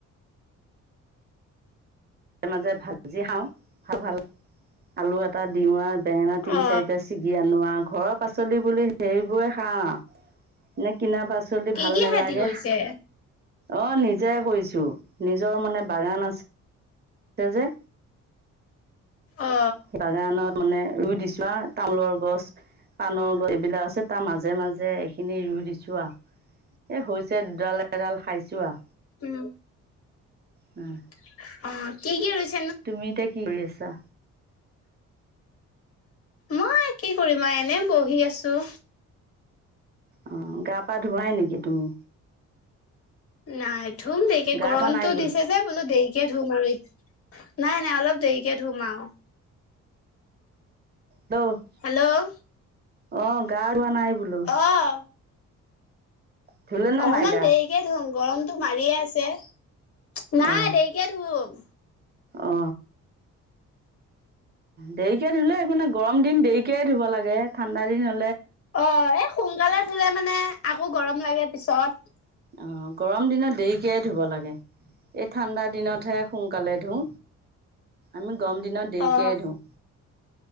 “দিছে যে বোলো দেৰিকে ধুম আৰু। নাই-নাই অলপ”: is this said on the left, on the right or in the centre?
Left